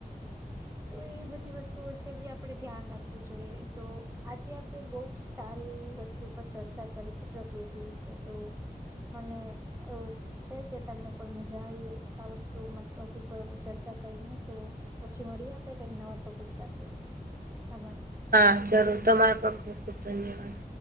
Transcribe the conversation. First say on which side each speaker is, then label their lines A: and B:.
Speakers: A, on the right; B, on the right.
A: તો એવી બધી વસ્તુઓ છે. કે જે આપણે ધ્યાન રાખ જોઈએ તો આજે આપણે બહુ સારી એવી વસ્તુ પર ચર્ચા કરી. કે પ્રકૃતિ વિશે તો મને એવુ છે કે તમને પણ મજા આઇ હોય. આ વસ્તુમાં ટોપિક પર હવે ચર્ચા કરીને તો પછી મળીએ આપડે કંઈક નવા ટોપિક સાથે આભાર.
B: હા જરૂર, તમારા પણ ખુબ ખુબ ધન્યવાદ.